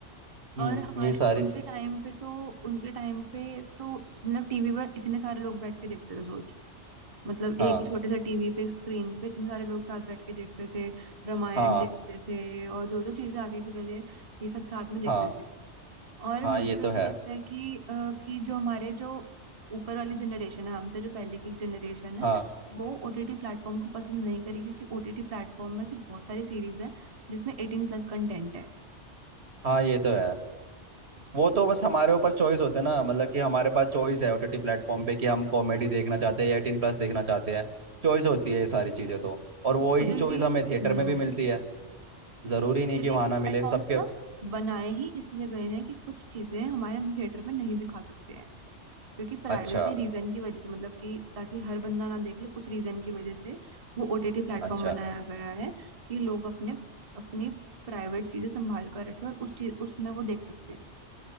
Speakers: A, on the right; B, on the right.
A: हम्म
B: और हमारे
A: ये सारी
B: उनके
A: सी-
B: टाइम पे तो उनके टाइम पे तो मतलब टीवी पर इतने सारे लोग बैठ के देखते थे सोच मतलब
A: हाँ
B: एक ही छोटे से टीवी पे एक स्क्रीन पे इतने सारे लोग साथ बैठ के देखते थे रामायण
A: हाँ
B: देखते थे और जो जो चीजें आती थी पहले ये सब साथ में देखते
A: हाँ
B: थे और
A: हाँ
B: मुझे
A: ये तो
B: भी ऐसा
A: है
B: लगता है कि अ, कि जो हमारे जो ऊपर वाली जनरेशन है हमसे जो पहले की जनरेशन है
A: हाँ
B: वो ओटीटी प्लेटफॉर्म को पसंद नहीं करेगी क्योंकि ओटीटी प्लेटफॉर्म में ऐसी बहुत सारी सीरीज हैं जिसमें एटीन प्लस कंटेंट है
A: हाँ ये तो है वो तो बस हमारे ऊपर चॉइस होता है ना मतलब कि हमारे पास चॉइस है ओटीटी प्लेटफॉर्म पे कि हम कॉमेडी देखना चाहते हैं या एटीन प्लस देखना चाहते हैं चॉइस होती है ये सारी चीज़ें तो और वो ही
B: ओटीटी
A: चॉइस हमें
B: हम्म
A: थिएटर में भी मिलती है ज़रूरी नहीं
B: ओटीटी
A: कि वहाँ
B: प्लेटफॉर्म्स
A: ना मिले सबके
B: ना बनाए ही इसलिए गए हैं कि कुछ चीजें हमारे हम थिएटर में नहीं दिखा सकते हैं क्योंकि प्राइवेसी
A: अच्छा
B: रीजन की वजह से मतलब कि ताकि हर बंदा ना देख ले उस रीजन की वजह से वो ओटीटी प्लेटफॉर्म
A: अच्छा
B: बनाया गया है कि लोग अपने अपनी प्राइवेट चीजें संभाल कर रखें और उस चीज उसमें वो देख सकते हैं